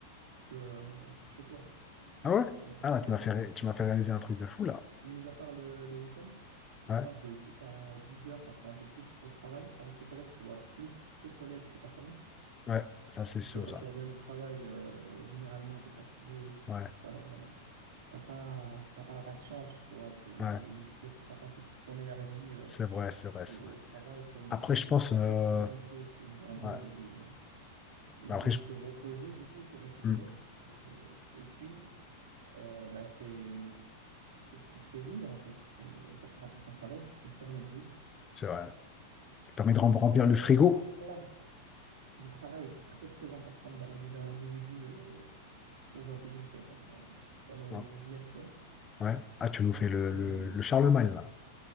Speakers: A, on the right (about 85°); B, on the left (about 20°).
A: que, euh, que chez toi,
B: Ah ouais?
A: euh, dans
B: Ah
A: la semaine.
B: là, tu m'as fait, ré- tu m'as fait réaliser un truc de fou là.
A: Mis à part le, le week-end, tu
B: Ouais,
A: passes de 8 à 10 heures, parfois un peu plus, au travail avec tes collègues, tu vois plus tes collègues que ta famille,
B: ouais, ça c'est
A: puisque
B: sûr
A: quand
B: ça.
A: tu reviens du travail, euh, généralement, tu es fatigué.
B: Ouais,
A: euh, t'as pas, t'as pas la patience, tu vois, tu
B: ouais,
A: as passé toute ton énergie euh,
B: c'est vrai, c'est vrai, c'est
A: au,
B: vrai.
A: au travail, tu, rentres-
B: Après,
A: tu rentres
B: je
A: chez
B: pense,
A: toi, tu
B: euh,
A: as juste envie d'une chose, c'est de dormir
B: ouais,
A: ou de, ou
B: Mais
A: de
B: après, je-
A: te reposer, du coup, récupérer.
B: hmm,
A: Euh, et puis, euh, bah, c'est, c'est ce qui te fait vivre, en fait. C'est, ça te rapporte un salaire qui te permet de vivre.
B: c'est vrai. Ça permet de rem- remplir
A: Euh,
B: le frigo.
A: donc la place du travail est très, très importante dans la vie d'un individu euh, au 21e siècle, enfin, dans nos
B: Ouais.
A: vies actuelles.
B: Ouais. Ah, tu nous fais le,
A: Et
B: le, le Charlemagne, là.